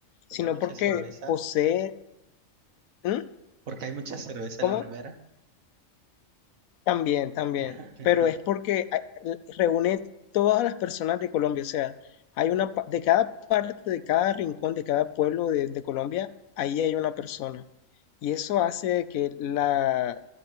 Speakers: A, on the right; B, on the left.
A: porque
B: sino
A: hay mucha
B: porque
A: cerveza,
B: posee... ¿Mm?
A: porque hay mucha cerveza
B: ¿Cómo?
A: en la nevera.
B: También, también,
A: <laughs>
B: pero es porque hay- reúne todas las personas de Colombia, o sea, hay una, pa- de cada parte, de cada rincón, de cada pueblo de, de Colombia, ahí hay una persona. Y eso hace que la